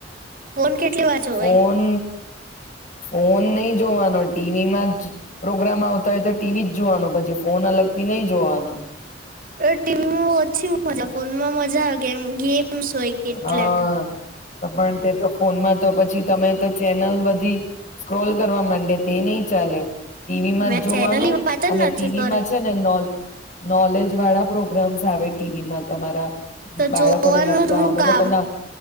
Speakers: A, on the right; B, on the left.
A: ફોન કેટલી વર જો
B: ફોન ફોન નહી જોવાનો ટીવીમાં જ પ્રોગ્રામ આવતા હોય તો ટીવી જ જોવાનો પછી ફોન અલગથી નહી જોવાનો
A: ટીવી માં ઓછી મજા ફોનમાં મજા આવે ગેમ ગે ગેમ્સ હોયે એટલે
B: હા પણ તે તો ફોનમાં તો પછી તમે તો ચેનલ બધી સ્ક્રોલ કરવા માંડે તે નહી ચાલે ટીવીમાં
A: મેં
B: જ જોવાનું
A: ચેનલી વાત જ
B: અને
A: નથી
B: ટીવીમાં
A: કરતી
B: છે ને નોલ નોલેજ વાળા પ્રોગ્રામ્સ આવે ટીવીમાં તમારા
A: તો
B: બાળકો
A: જોવાનું
B: ને લગ તમે
A: હું કામ
B: લોકો ના